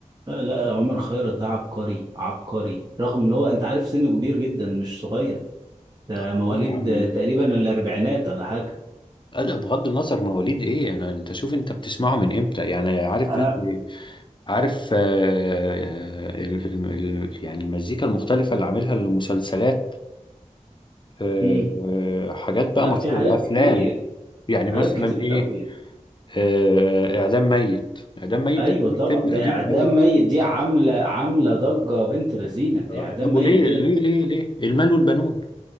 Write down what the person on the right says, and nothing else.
لا لا، عمر خيرت ده عبقري عبقري رغم ان هو انت عارف سنه كبير جدا مش صغير ده
مواليد
آه، تقريبا الاربعينات ولا حاجة
انا
مم.
لا
في حاجات
كتير
حاجات
كتير
قوي
ايوه
طبعا
ده
اعدام
ميت دي عامله عامله ضجه بنت لذينه دي
اعدام
ميت
ديت